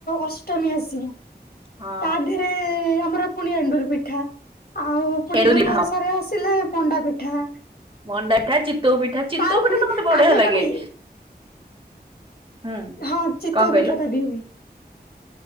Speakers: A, on the left; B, on the right.
A: ଅଷ୍ଟମୀ ଆସିବ
B: ହଁ
A: ତା ଦେହରେ। ଏ ଆମର ପୁଣି ଏଣ୍ଡୁରି ପିଠା ଆଉ ପୁଣି
B: ଏଣ୍ଡୁରି
A: ଗୁରୁବାର
B: ପିଠା
A: ସରିବ ସ୍ ଥିଲେ ମଣ୍ଡା ପିଠା।
B: ମଣ୍ଡା ପିଠା ଚିତଉ ପିଠା ଚିତଉ
A: ତାର
B: ପିଠା
A: ପୁଣି
B: ତ ମତେ ବଢିଆ
A: ଆମେ
B: ଲାଗେ।
A: କଣ ଏଇ
B: ହୁଁ।
A: ହଁ ଚିତଉ
B: କଣ କହିଲ?
A: ପିଠା ଟା ବି ହୁଏ।
B: <inaudible>